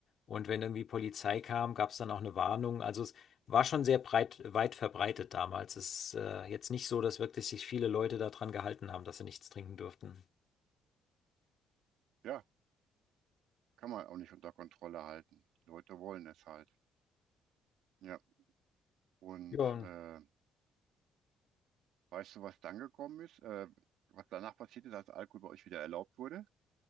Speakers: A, on the left; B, on the right.
A: Und wenn irgendwie Polizei kam, gab es dann auch eine Warnung. Also es war schon sehr breit, weit verbreitet damals. Es ist äh, jetzt nicht so, dass wirklich sich viele Leute daran gehalten haben, dass sie nichts trinken durften.
B: Ja, kann man auch nicht unter Kontrolle halten. Die Leute wollen es halt. Ja. Und
A: Ja,
B: äh, weißt du, was dann gekommen ist? Äh, was danach passiert ist, als Alkohol bei euch wieder erlaubt wurde?